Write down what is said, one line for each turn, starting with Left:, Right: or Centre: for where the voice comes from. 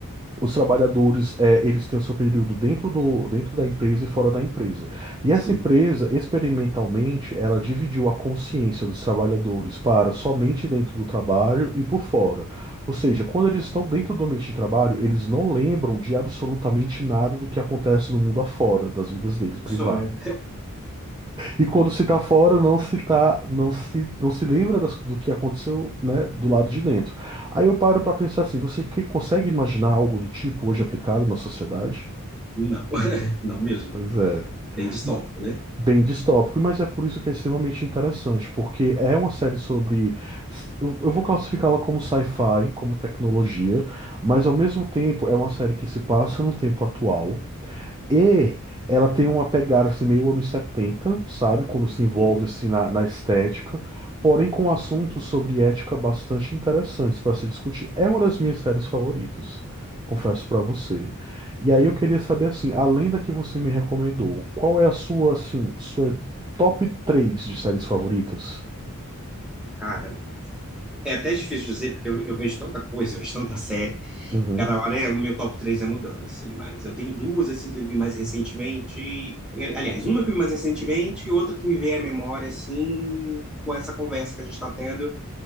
Right: os trabalhadores, é, eles têm o seu período dentro do, dentro da empresa e fora da empresa. E
Centre: Sim,
Right: essa empresa, experimentalmente, ela dividiu a consciência dos trabalhadores para somente dentro do trabalho e por fora. Ou seja, quando eles estão dentro do ambiente de trabalho, eles não lembram de absolutamente nada do que acontece no mundo afora, das vidas deles
Centre: meu
Right: privadas.
Centre: sonho.
Right: E quando se está fora, não se tá, não se, não se lembra das- do que aconteceu, né, do lado de dentro. Aí eu paro para pensar assim, você que- consegue imaginar algo do tipo hoje aplicado na sociedade?
Centre: Não, <laughs> não mesmo.
Right: Pois é.
Centre: bem distópico,
Right: Ma-
Centre: né?
Right: Bem distópico, mas é por isso que é extremamente interessante, porque é uma série sobre. Eu eu vou classificá-la como sci-fi, como tecnologia, mas ao mesmo tempo é uma série que se passa no tempo atual. E ela tem uma pegada assim, meio anos 70, sabe? Quando se envolve
Centre: Sim.
Right: assim na, na estética, porém com assuntos sobre ética bastante interessantes para se discutir. É uma das minhas séries favoritas, confesso para você. E aí eu queria saber assim, além da que você me recomendou, qual é a sua assim, sua top 3 de séries favoritas?
Centre: Cara, é até difícil dizer, porque eu, eu vejo tanta coisa, eu vejo tanta série,
Right: Uhum.
Centre: cada hora é, o meu top 3 é mudando, assim, mas eu tenho duas, assim, que eu vi mais recentemente, eh, aliás, uma que eu vi mais recentemente e outra que me veio à memória, assim, com essa conversa que a gente está tendo,